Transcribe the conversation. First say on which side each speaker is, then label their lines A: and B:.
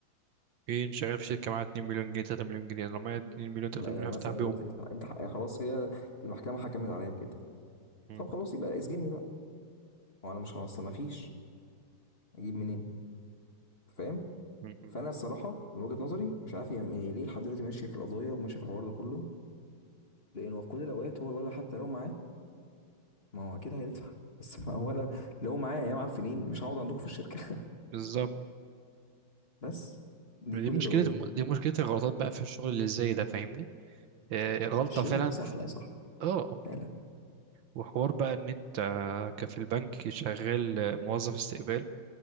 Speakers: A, on the right; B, on the left.
A: ايه شغال في شركه معاها 2 مليون جنيه 3 مليون جنيه أنا لو معايا 2 مليون 3
B: ما- يعني
A: مليون هفتح
B: مثلا
A: بيهم
B: دلوقتي انت انت حق- خلاص هي المحكمه حكمت عليا بكده
A: مم.
B: طب خلاص يبقى اسجني بقى وانا مش هوصل ما فيش اجيب منين أنت فاهم
A: مم. مم.
B: فانا الصراحه من وجهه نظري مش عارف هي هي ليه لحد دلوقتي ماشيه في القضايا وماشيه في الحوار ده كله لانه في كل الاوقات هو الولد حتى لو معاه ما هو اكيد هيدفع <laughs> بس ما هو انا لو معايا يا معفنين مش هقعد عندكم في الشركه
A: بالظبط
B: <laughs> بس دي
A: دي
B: كل
A: مشكله
B: القضيه
A: دي مشكله الغلطات بقى في الشغل اللي زي ده فاهمني آه غلطه
B: الشغل
A: فعلا
B: فيه سحله يا صاحبي
A: اه
B: فعلا
A: وحوار بقى ان انت كفي البنك شغال موظف استقبال